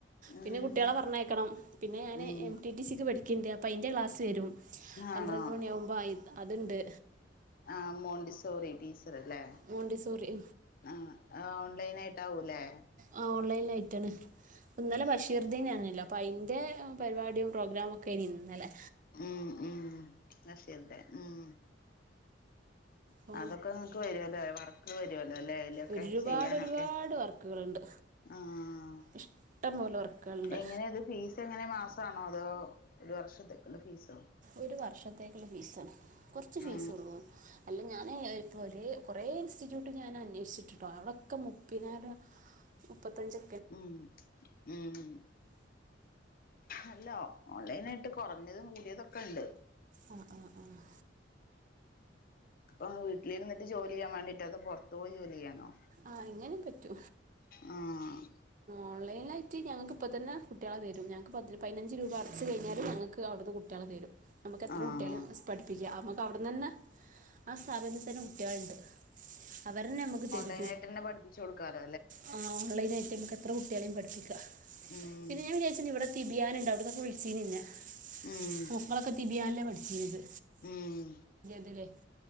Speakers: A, on the left; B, on the right.
A: ഉം
B: പിന്നെ കുട്ടികളെ പറഞ്ഞക്കണം. പിന്നെ ഞാൻ
A: ഉം
B: എം ടി ടി സിക്ക് പഠിക്കുന്നുണ്ട് അപ്പോൾ അതിൻ്റെ ക്ലാസ് വരും പന്ത്രണ്ട്
A: ആണോ
B: മണിയാകുമ്പോൾ ആയി അതേണ്ട്.
A: ആഹ് മോണ്ടിസോറി ടീച്ചർ അല്ലേ
B: മോണ്ടിസോറി
A: ആഹ് ആ ഓൺലൈൻ ആയിട്ടാവുലെ?
B: ആ ഓൺലൈൻ ആയിട്ടന്ന്. ഇന്നലെ ബഷീർ ദിനായന്നല്ലോ. ഇപ്പ അയിന്റെ പരിപാടിയും പ്രോഗ്രമൊക്കെയായിനെ ഇന്നലെ.
A: ഉം ഉം ബഷിർന്റെ ഉം
B: അപ്പൊ
A: അതൊക്കെ നിങ്ങക്ക് വരുവല്ലേ. വർക്ക് വരുല്ലോ അല്ലേ അലൊക്കെ
B: ഒരുപാട്
A: ചെയ്യാനൊക്കെ.
B: ഒരുപാട് വർക്കുകളുണ്ട്
A: ആഹ്
B: ഇഷ്ടം പോലെ വർക്കുകളുണ്ട്
A: എങ്ങനെത് ഫീ സ് എങ്ങനെ മാസണോ അതോ ഒരു വർഷത്തക്കുള്ള ഫീസോ.
B: ഒരു വർഷത്തേക്കുള്ള ഫീസാണ്. കുറച്ച് ഫീസള്ളൂ
A: ആ
B: അല്ല ഞാനേ ഇപ്പൊ ഒരേ കുറെ ഇൻസ്റ്റിറ്റ്യൂട്ട് ഞാൻ അന്വേഷിച്ചിട്ടിട്ടോ അവിടേക്കെ മുപ്പയിനായിരം മുപ്പത്തഞ്ച്
A: ഉം ഉം അല്ല ഓൺലൈൻ ആയിട്ട് കുറഞ്ഞതും കൂടിയതൊക്കെ ഉണ്ട്.
B: ആഹ് ആഹ് ആഹ്
A: അപ്പൊ വീട്ടിലിരുന്നിട്ട് ജോലി ചെയ്യാൻ വേണ്ടിട്ടോ അത പുറത്തു പോയി ജോലി ചെയ്യാനോ.
B: ആഹ് എങ്ങനെയും പറ്റൂ.
A: ആ
B: ഓൺലൈനായിട്ട് ഞങ്ങൾക്ക്പ്പോ തന്നെ കുട്ടികളെ തരും ഞങ്ങക്ക് പ പതിനഞ്ച് രൂപ അടച്ചു കഴിഞ്ഞാല ഞങ്ങക്ക് അവിടുന്ന് കു ട്ടിയാളെ തരും. നമുക്ക് എത്ര
A: ആ
B: കുട്ടികളും പഠിപ്പിക്കുക നമുക്ക് അവിടെ തന്നെ ആ സ്ഥാപനത്തിൽ തന്നെ കുട്ടികളുണ്ട്. അവരെന്നെ നമുക്ക് തരു
A: അതിനായിട്ട്ന്ന പഠപ്പിച്ച കൊടുക്കാറ
B: ആ ഓൺലൈൻ ആയിട്ട് നമുക്ക് എത്ര കുട്ടികളെയും പഠപ്പിക്കാ
A: ഉം
B: പിന്നെ ഞാൻ വിചാരിച്ചിട്ട ഇവിടെ തിബിയാന ഉണ്ട് അവിടുന്നൊക്കെ വിളിച്ചീന്നെ
A: ഉം
B: മോക്കളൊക്കെ തിബിയാനല്ലേ പഠിച്ചിരുന്നത്.
A: ഉം
B: <unintelligible>